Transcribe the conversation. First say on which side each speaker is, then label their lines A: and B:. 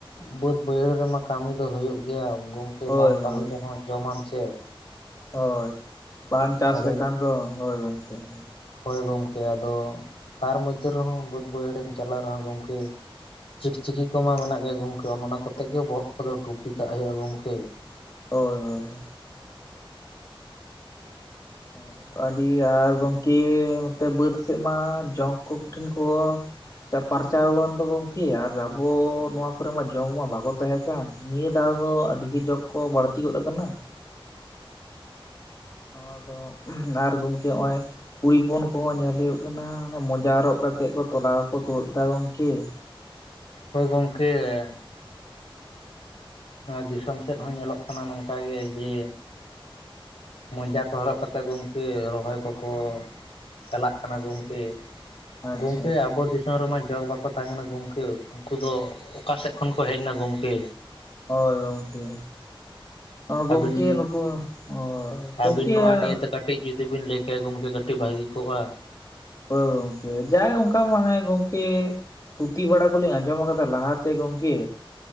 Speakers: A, on the left; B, on the left.
A: ᱵᱟᱹᱫᱽ ᱵᱟᱹᱭᱦᱟᱹᱲ ᱨᱮᱢᱟ ᱠᱟᱹᱢᱤ ᱫᱚ ᱦᱩᱭᱩᱜ ᱜᱮᱭᱟ ᱜᱚᱝ ᱠᱮ
B: ᱦᱳᱭ
A: ᱵᱟᱢ ᱠᱟᱹᱢᱤ
B: ᱦᱳᱭ
A: ᱨᱮᱦᱚᱸ ᱡᱚᱢᱟᱢ ᱪᱮᱫ?
B: ᱦᱳᱭ ᱵᱟᱢ ᱪᱟᱥ
A: ᱟᱫᱚ
B: ᱞᱮᱠᱷᱟᱱ ᱫᱚ ᱦᱳᱭ ᱜᱚᱝᱠᱮ ᱾
A: ᱦᱳᱭ ᱜᱚᱝᱠᱮ ᱟᱫᱚ ᱛᱟᱨ ᱢᱚᱫᱽᱫᱷᱮ ᱨᱮᱦᱚᱸ ᱵᱟᱹᱫᱽ ᱵᱟᱹᱭᱦᱟᱹᱲᱮᱢ ᱪᱟᱞᱟᱜ ᱨᱮᱦᱚᱸ ᱜᱚᱝᱠᱮ ᱪᱤᱠᱪᱤᱠᱤ ᱠᱚᱢᱟ ᱢᱮᱱᱟᱜ ᱜᱮᱭᱟ ᱜᱚᱝᱠᱮ ᱚᱱᱮ ᱚᱱᱟ ᱠᱚᱛᱮ ᱜᱮ ᱵᱚᱦᱚᱜ ᱠᱚᱫᱚ ᱴᱩᱯᱤ ᱠᱟᱜ ᱦᱩᱭᱩᱜᱼᱟ ᱜᱚᱝᱠᱮ ᱾
B: ᱦᱳᱭ ᱦᱳᱭ ᱾ ᱦᱳᱭᱻ ᱦᱳᱭ ᱾ ᱟᱹᱰᱤ ᱟᱨ ᱜᱚᱝᱠᱮ ᱱᱚᱛᱮ ᱵᱟᱹᱫᱽ ᱥᱮᱫ ᱢᱟ ᱡᱚᱸᱠ ᱠᱚᱸᱠᱩᱴᱷᱤᱱ ᱠᱚ ᱯᱟᱨᱪᱟᱣ ᱜᱟᱱ ᱫᱚ ᱜᱚᱝᱠᱮ ᱟᱨ ᱟᱵᱚ ᱱᱚᱣᱟ ᱠᱚᱨᱮ ᱢᱟ ᱡᱚᱸᱠ ᱢᱟ ᱵᱟᱠᱚ ᱛᱟᱦᱮᱸ ᱪᱟ ᱱᱤᱭᱟᱹ ᱫᱷᱟᱣ ᱫᱚ ᱟᱹᱰᱤᱜᱮ ᱡᱚᱸᱠ ᱠᱚ ᱵᱟᱹᱲᱛᱤ ᱜᱚᱫ ᱠᱟᱱᱟ ᱾ ᱟᱫᱚ ᱟᱨ ᱜᱚᱝᱠᱮ ᱱᱚᱜᱼᱚᱭ ᱠᱩᱲᱤ ᱦᱚᱯᱚᱱ ᱠᱚᱦᱚᱸ ᱧᱮᱞ ᱦᱩᱭᱩᱜ ᱠᱟᱱᱟ ᱢᱚᱡᱟ ᱦᱚᱨᱚᱜ ᱠᱟᱛᱮ ᱠᱚ ᱛᱚᱞᱟᱠᱚ ᱛᱩᱫ ᱫᱟ ᱜᱚᱝᱠᱮ ᱾
A: ᱦᱳᱭ ᱜᱚᱝᱠᱮ ᱾ ᱱᱚᱣᱟ ᱫᱤᱥᱚᱢ ᱥᱮᱫ ᱦᱚᱸ ᱧᱮᱞᱚᱜ ᱠᱟᱱᱟ ᱱᱚᱝᱠᱟ ᱜᱮ ᱡᱮ ᱢᱚᱡᱟ ᱠᱚ ᱦᱚᱨᱚᱜ ᱠᱟᱛᱮᱫ ᱜᱚᱝᱠᱮ ᱨᱚᱦᱚᱭ ᱠᱚᱠᱚ ᱪᱟᱞᱟᱜ ᱠᱟᱱᱟ ᱜᱚᱝᱠᱮ
B: ᱟᱪᱪᱷᱟ
A: ᱜᱚᱝᱠᱮ ᱟᱵᱚ ᱛᱟᱹᱢ ᱨᱮᱢᱟ ᱡᱚᱸᱠᱽ ᱵᱟᱠᱚ ᱛᱟᱦᱮᱸ ᱠᱟᱱᱟ ᱜᱚᱝᱠᱮ ᱩᱱᱠᱩ ᱫᱚ ᱚᱠᱟᱥᱮᱫ ᱠᱷᱚᱱ ᱠᱚ ᱦᱮᱡ ᱮᱱᱟ ᱜᱚᱝᱠᱮ?
B: ᱦᱳᱭ ᱜᱚᱝᱠᱮ᱾ ᱚ ᱜᱚᱝᱠᱮ
A: ᱟᱹᱵᱤᱱ
B: ᱱᱩᱠᱩ ᱦᱳᱭ᱾ ᱜᱚᱝᱠᱮ
A: ᱟᱹᱵᱤᱱ ᱱᱚᱣᱟ
B: ᱟ
A: ᱱᱤᱭᱮᱛᱮ ᱠᱟᱹᱴᱤᱡ ᱡᱩᱫᱤ ᱵᱤᱱ ᱞᱟᱹᱭ ᱠᱮᱭᱟ ᱜᱚᱝᱠᱮ ᱠᱟᱹᱴᱤᱡ ᱵᱷᱟᱹᱜᱤ ᱠᱚᱜᱼᱟ᱾
B: ᱦᱳᱭ ᱜᱚᱝᱠᱮ ᱡᱟᱭ ᱚᱱᱠᱟ ᱢᱟᱱᱮ ᱜᱚᱝᱠᱮ ᱛᱷᱩᱛᱷᱤ ᱵᱟᱲᱟ ᱠᱚᱞᱤᱧ ᱟᱸᱡᱚᱢ ᱠᱟᱫᱟ ᱞᱟᱦᱟᱛᱮ ᱜᱚᱝᱠᱮ